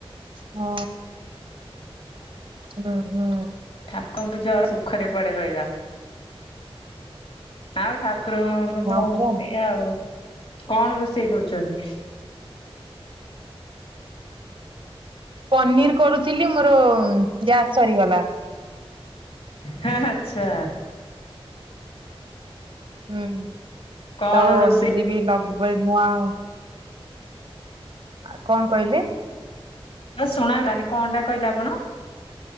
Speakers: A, on the right; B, on the left.
A: ହଁ, ହୁଁ, ହୁଁ।
B: ଠାକୁରଙ୍କୁ ଜର ସୁଖରେ କୁଆଡେ ରହିବା ଆଉ ଠା କୁରଙ୍କୁ ତ
A: ହଁ ପରା
B: ସେଇଆ ଆଉ। କ'ଣ ରୋଷେଇ କରୁଛନ୍ତି?
A: ପନିର କରୁଥିଲି ମୋର ଗ୍ୟାସ ସରିଗଲା।
B: ହଁ ଆଚ୍ଛା!
A: ହୁଁ।
B: କଣ
A: ତ
B: ରୋଷେଇ
A: ଯଦିବ ଲଗ ନଆ <unintelligible> ଆ କଣ କହିଲେ?
B: ମତେ ଶୁଣାଗଲା ନି କଣ ଟା କହିଲେ ଆପଣ?